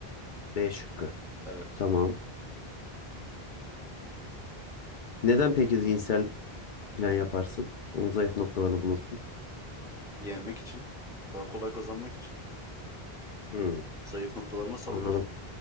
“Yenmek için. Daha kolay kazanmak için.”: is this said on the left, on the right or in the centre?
Centre